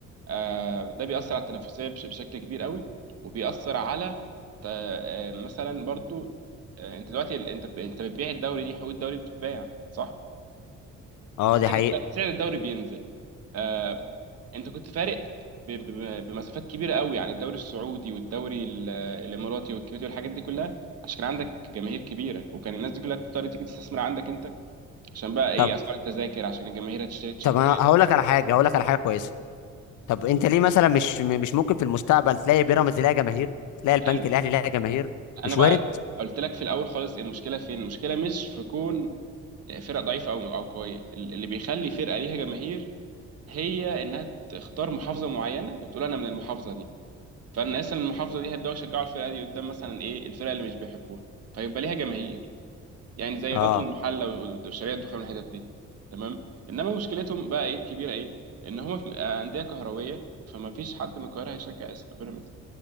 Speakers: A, on the right; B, on the left.
A: آه، ده بيأثر على التنافسيه بش- بشكل كبير قوي وبيأثر على ت- آه، مثلا برضو آه، انت دلوقتي ال- انت انت بتبيع الدوري دي حقوق الدوري بتتباع صح
B: اه
A: سعر
B: دي حقيقه
A: الد- سعر الدوري بينزل آه، انت كنت فارق ب- ب- بمسافات كبيره قوي يعني الدوري السعودي والدوري ال- الاماراتي والكويتي والحاجات دي كلها عشان كان عندك جماهير كبيره وكان الناس دي كلها بتضطر تيجي تستثمر عندك انت عشان بقى ايه
B: طب
A: اسعار التذاكر عشان الجماهير هتشتري تيشيرتات
B: طب انا هقول لك على حاجه هقول لك على حاجه كويسه طب انت ليه مثلا مش م- مش ممكن في المستقبل تلاقي بيراميدز لها جماهير تلاقي البنك
A: حلو
B: الاهلي لها جماهير
A: انا
B: مش
A: بقى
B: وارد
A: قلت لك في الاول خالص المشكله فين المشكله مش في كون فرق ضعيفه او او قويه ال- اللي بيخلي فرقه ليها جماهير هي انها تختار محافظه معينه وتقول انا من المحافظه دي فالناس من المحافظه دي هيبداوا يشجعوا الفرقه دي قدام مثلا ايه الفرقه اللي مش بيحبوها فيبقى ليها جماهير يعني زي
B: اه
A: غزل المحله والشرقيه الدخان والحتت دي تمام انما مشكلتهم بقى ايه الكبيره ايه ان هم في آه، انديه كهرويه فما فيش حد من القاهره هيشجع اسم بيراميدز